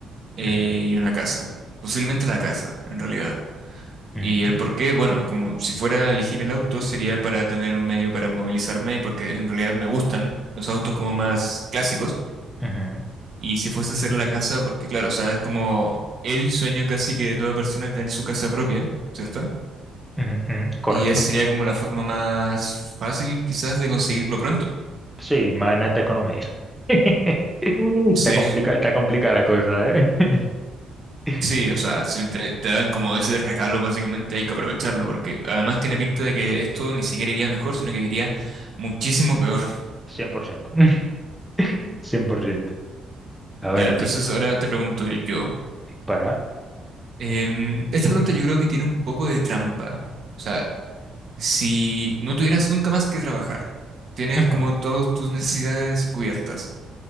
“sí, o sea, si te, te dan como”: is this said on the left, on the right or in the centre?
Right